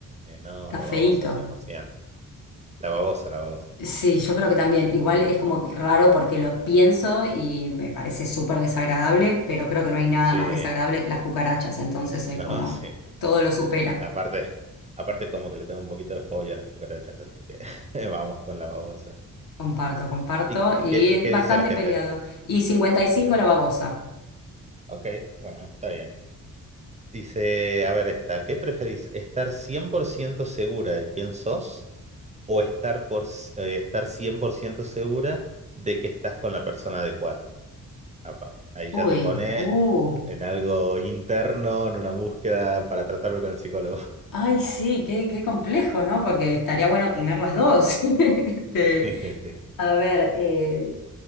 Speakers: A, on the right (about 20°); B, on the left (about 75°).
A: eh, no,
B: Está
A: la
B: feíto.
A: babosa 100%. La babosa, la babosa.
B: Sí, yo creo que también. Igual es como que raro porque lo pienso y me parece súper desagradable, pero creo que no hay nada
A: Sí,
B: más desagradable que las cucarachas. Entonces es
A: no,
B: como
A: <laughs> sí. sí.
B: todo lo supera.
A: Aparte, aparte como que le tengo un poquito de fobia a las cucarachas, así que <laughs> vamos con la babosa.
B: Comparto, comparto.
A: ¿Y, qué, y
B: Y
A: qué
B: es
A: y qué
B: bastante
A: dice la gente?
B: peleado. Y cincuenta y cinco
A: Ok,
B: la babosa.
A: ok, bueno, está bien. Dice, a ver esta, ¿qué preferís? ¿Estar 100% segura de quién sos? o estar, por, eh, estar 100% segura de que estás con la persona adecuada. Apa, ahí
B: Uy,
A: ya te pone
B: uh.
A: en algo interno, en una búsqueda para tratarlo con el psicólogo.
B: Ay, sí, qué, qué complejo, ¿no? Porque estaría bueno tener las dos. <laughs> Este,
A: <laughs> Sí, sí,
B: a ver, eh,